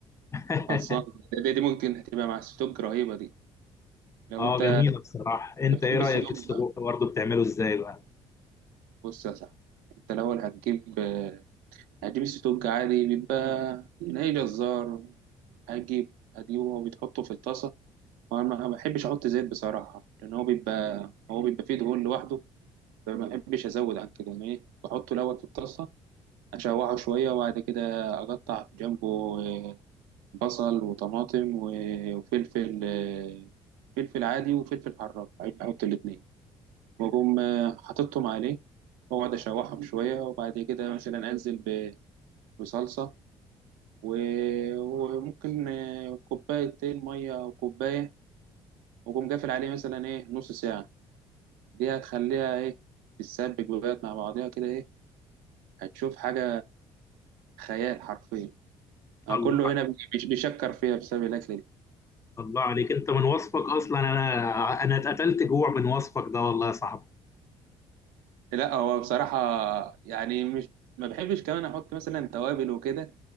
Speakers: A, on the left; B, on the right.
A: <laughs>
B: خلصان دي, دي ممكن هتبقى مع السيدوج رهيبة دي لو
A: اه
B: انت
A: جميلة بصراحة انت
B: انت
A: ايه
B: بتحب
A: رأيك
B: السيدوج
A: في السجق
B: صح
A: برضه بتعمله ازاي بقى
B: بص يا صاحبي انت الاول هتجيب آه، هتجيب السيدوج عادي بيبقى من اي جزار هجيب هجيبه وبيتحطه في الطاسة وأنا ما بحبش أحط زيت بصراحة لأن هو بيبقى هو بيبقى فيه دهون لوحده فما بحبش أزود عن كده يعني إيه بحطه الأول في الطاسة أشوحه شوية وبعد كده أقطع جنبه آه، بصل وطماطم و- وفلفل آه، فلفل عادي وفلفل حراق أحط الاتنين وأقوم آه، حاططهم عليه وأقعد أشوحهم شوية وبعد كده مثلا أنزل ب- بصلصة و- وممكن آه، كوبايتين مية أو كوباية وقوم قافل عليه مثلا ايه نص ساعة دي هتخليها ايه تتسبك بقى مع بعضيها كده ايه هتشوف حاجة خيال حرفيا أنا
A: الله
B: كله هنا بيش- بيشكر فيها بسبب الأكلة دي
A: الله عليك انت من وصفك اصلا انا انا اتقتلت جوع من وصفك ده والله يا صاحبي
B: لا هو بصراحة يعني مش ما بحبش كمان أحط مثلا توابل وكده